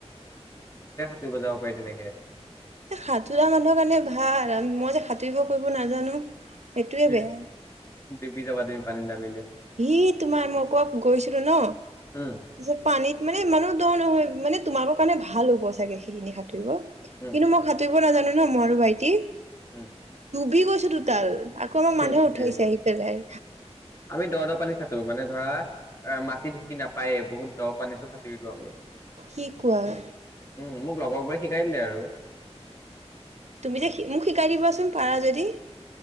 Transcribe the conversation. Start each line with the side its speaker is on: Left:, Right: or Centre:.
Left: সাতুৰি জাব পাৰি তেনেকে।
Right: এ সাঁতোৰা মানুহৰ কাৰণে ভাল, মই যে সাঁতুৰিব কৰিব নাজানো। সেইটোয়ে
Left: হে!
Right: বেয়া।
Left: ডুবি যাবা তুমি পানীত নামিলে।
Right: সি তোমাৰ, ‌ মই কৰবাত গৈছিলো ন,
Left: উম,
Right: তাত পানীত মানে ইমানো দ‌ নহয় মানে তোমালোকৰ কাৰণে ভাল হ'ব চাগে সেইখিনি। কিন্তু
Left: উম,
Right: মই সাতোৰিব নাজানো ন মই আৰু ভাইটি
Left: উম!
Right: ভি গৈছিলো তাৰ। আকৌ আমাক
Left: সেইটোৱে
Right: মানুহ উঠাইছে আহি পেলাই।
Left: আমি দ দ পানীত সাঁতুৰো, মানে ধৰা মাটি ঢুকি নাপায়েই বহুত দ। পানীটো সাঁতুৰি দিওঁ আমি,
Right: কি কোৱা?
Left: উম। মোক লগৰ বোৰে শিকাই দিলে আৰু
Right: তুমি যে মোক শিকাই দিবাচোন পাৰা যদি!